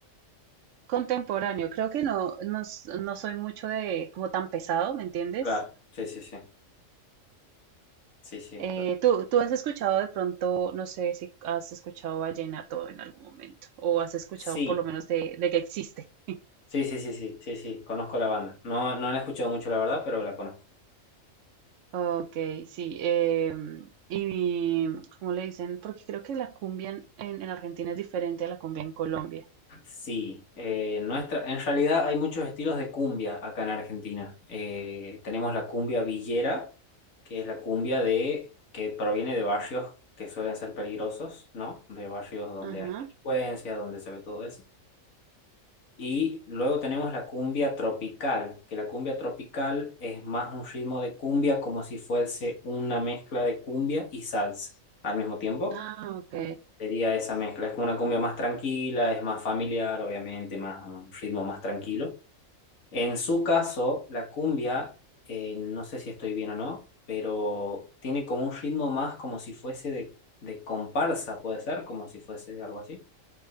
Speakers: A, on the right; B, on the left.
A: Contemporáneo, creo que no, no, s- no soy mucho de como tan pesado, ¿me entiendes?
B: Claro, sí, sí, sí. Sí, sí.
A: Eh,
B: perfecto.
A: ¿tú, tú has escuchado de pronto, no sé si has escuchado vallenato en algún momento, o has escuchado
B: Sí,
A: por lo menos de, de que existe. <laughs>
B: sí, sí, sí, sí, sí, sí, conozco la banda. No, no la he escuchado mucho, la verdad, pero la conozco.
A: Ok, sí. em, y ¿cómo le dicen? Porque creo que la cumbia en, en- en Argentina es diferente a la cumbia en Colombia.
B: Sí, eh, nuestra, en realidad hay muchos estilos de cumbia acá en Argentina. Eh, tenemos la cumbia villera, que es la cumbia de, que proviene de barrios que suelen ser peligrosos, ¿no? De barrios donde
A: Ajá.
B: hay delincuencia, donde se ve todo eso. Y luego tenemos la cumbia tropical, que la cumbia tropical es más un ritmo de cumbia como si fuese una mezcla de cumbia y salsa al mismo tiempo.
A: Ah, ok.
B: Sería esa mezcla, es como una cumbia más tranquila, es más familiar, obviamente, más un ritmo más tranquilo. En su caso, la cumbia, eh, no sé si estoy bien o no, pero tiene como un ritmo más como si fuese de, de comparsa, puede ser, como si fuese algo así.